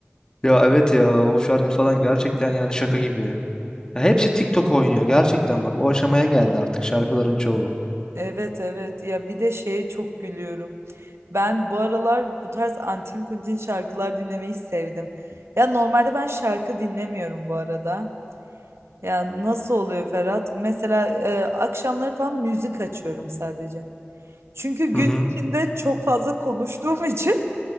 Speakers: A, on the left (about 20°); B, on the right (about 75°).
A: Ya evet ya o şarkı falan gerçekten yani şaka gibi. Ya hepsi TikTok oynuyor gerçekten bak o aşamaya geldi artık şarkıların çoğu.
B: Evet evet ya bir de şeye çok gülüyorum. Ben bu aralar bu tarz antin kuntin şarkılar dinlemeyi sevdim. Ya normalde ben şarkı dinlemiyorum bu arada. Ya nasıl oluyor Ferhat? Mesela e, akşamları falan müzik açıyorum sadece. Çünkü gün
A: Hı hı.
B: içinde çok fazla konuştuğum <laughs> için